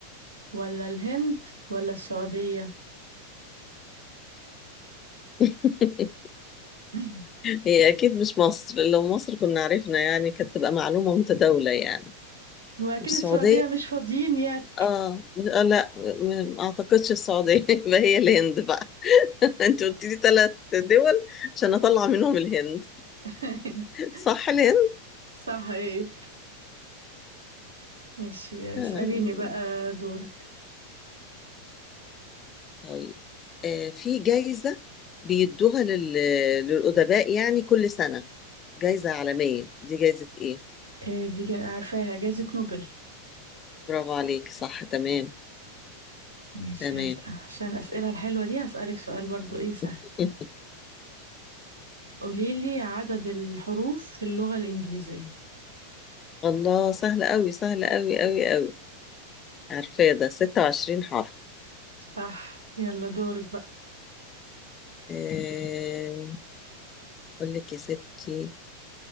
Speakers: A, on the right (about 70°); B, on the left (about 25°).
A: ولا الهند ولا السعودية
B: <laughs>
A: <laughs>
B: هي اكيد مش مصر لو مصر كنا عرفنا يعني كانت تبقى معلومة متداولة يعني
A: واكيد
B: السعودية
A: السعودية مش فاضيين يعني
B: اه آه، لا ما ما اعتقدش السعودية <laughs> يبقى هي الهند بقى انت قلت لي ثلاث دول عشان اطلع منهم الهند
A: <laughs>
B: صح الهند
A: صح ايه ماشي
B: آه،
A: اسأليني بقى دورك
B: طيب آه، في جايزة بيدوها لل... للأدباء يعني كل سنة جايزة عالمية دي جايزة ايه
A: إيه دي جا- عارفاها جائزة نوبل
B: برافو عليك صح تمام
A: ماشي
B: تمام
A: هسأل عشان الأسئلة الحلوة دي هسألك سؤال برضو ايه سهل
B: <laughs>
A: قوليلي عدد الحروف في اللغة الإنجليزية
B: الله سهل قوي سهل قوي قوي قوي عارفاه ده 26 حرف
A: صح يلا دورك بقى
B: آه، اقول لك يا ستي